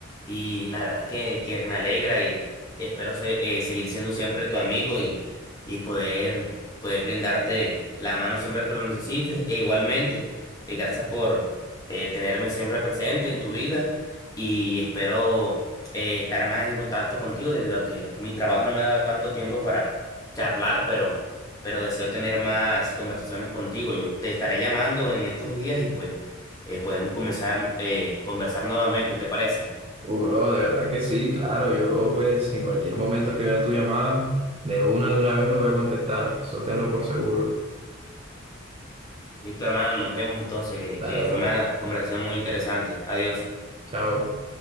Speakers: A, on the left; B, on the right.
A: Y la verdad es que, que me alegra y espero ser- eh, seguir siendo siempre tu amigo y, y poder, poder brindarte la mano siempre que lo necesites. E igualmente, eh, gracias por eh, tenerme siempre presente en tu vida y espero eh, estar más en contacto contigo debido a que mi trabajo no me ha dado tanto tiempo para charlar, pero, pero deseo tener más conversaciones contigo. Yo te estaré llamando en estos días y pues eh, podemos comenzar eh, conversar nuevamente, ¿te parece?
B: Uh, bro, de verdad que sí, claro, yo pues en cualquier momento que vea tu llamada, de una de una vez lo voy a contestar, eso tenlo por seguro.
A: Listo, hermano, nos vemos entonces.
B: Dale,
A: Eh,
B: bro.
A: fue una conversación muy interesante. Adiós.
B: Chao.